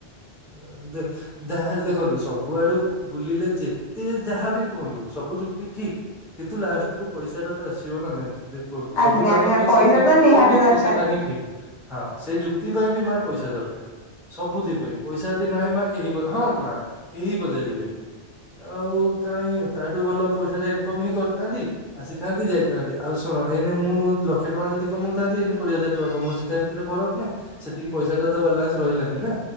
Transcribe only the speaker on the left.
ଆଜ୍ଞା
ପଇସା
ତ ନିହାତି
ଦରକାର।